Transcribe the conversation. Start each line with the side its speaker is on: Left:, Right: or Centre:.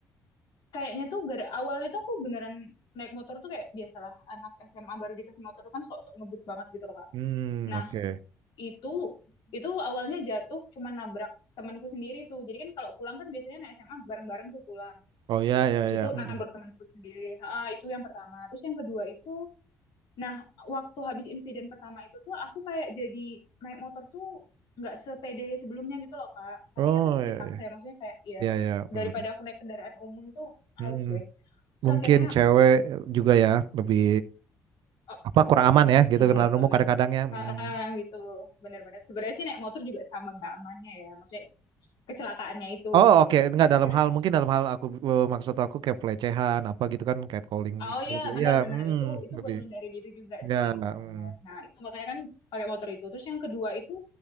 Left: Kayaknya tuh gara awalnya tuh aku beneran naik motor tuh kayak biasalah anak SMA baru dikasih motor tuh kan sok-sok ngebut banget gitu loh Kak.
Right: Hmm,
Left: Nah,
Right: oke.
Left: itu itu awalnya jatuh cuma nabrak temanku sendiri tuh. Jadi kan kalau pulang kan biasanya naik SMA bareng-bareng tuh pulang.
Right: Oh ya ya
Left: Terus
Right: ya.
Left: itu
Right: mm
Left: nabrak temanku sendiri. Ah, itu yang pertama. Terus yang kedua itu Nah, waktu habis insiden pertama itu tuh aku kayak jadi naik motor tuh nggak sepede sebelumnya gitu loh, Kak. Tapi
Right: Oh
Left: kan tetap
Right: ya
Left: dipaksa ya, maksudnya kayak ya
Right: ya ya ya.
Left: daripada aku naik kendaraan umum tuh halus
Right: Hmm,
Left: weh. Terus
Right: mungkin
Left: akhirnya
Right: cewek juga ya lebih
Left: oh,
Right: apa kurang aman ya gitu
Left: ya
Right: karena
Left: itulah.
Right: umum kadang-kadang ya. Hmm.
Left: ah gitu. Bener-bener. Sebenarnya sih naik motor juga sama nggak amannya ya, maksudnya kecelakaannya itu
Right: Oh
Left: gitu.
Right: oke
Left: Terus
Right: nggak
Left: akhirnya
Right: dalam hal mungkin dalam hal aku eh, maksud aku kayak pelecehan apa gitu kan catcalling
Left: Oh
Right: gitu
Left: iya,
Right: lebih
Left: benar-benar
Right: ya mm,
Left: itu itu
Right: lebih
Left: buat ngindari diri juga
Right: ya
Left: sih, benar-benar.
Right: mm.
Left: Nah, itu makanya kan pakai motor itu. Terus yang kedua itu